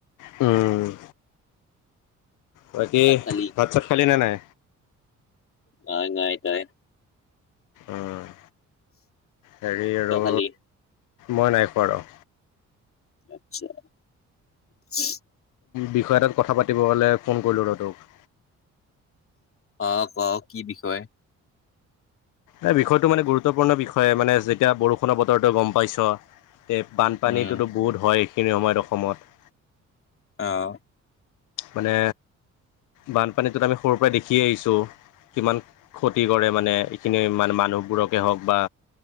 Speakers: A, on the left (about 85°); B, on the left (about 45°).
A: উম বাকী
B: ভাত খালি
A: ভাত চাত খালি নে নাই
B: নাই নাই দাই
A: উম হেৰি আৰু
B: তই খালি
A: মই নাই খোৱা আৰু
B: <inaudible>
A: বিষয় এটাত কথা পাতিব হ'লে ফোন কৰিলোঁ ৰহ তোক
B: অ', ক কি বিষয়
A: এ বিষয়টো মানে গুৰুত্বপূৰ্ণ বিষয়ে মানে যেতিয়া বৰষুণৰ বতৰটো গম পাইছ বানপানীটোতো
B: উম
A: বহুত হয় এইখিনি সময়ত অসমত
B: অ'
A: মানে বানপানীটোত আমি সৰুৰ পৰাই দেখি আহিছোঁ কিমান ক্ষতি কৰে মানে খিনি মানে মান মানুহবোৰকে হওঁক বা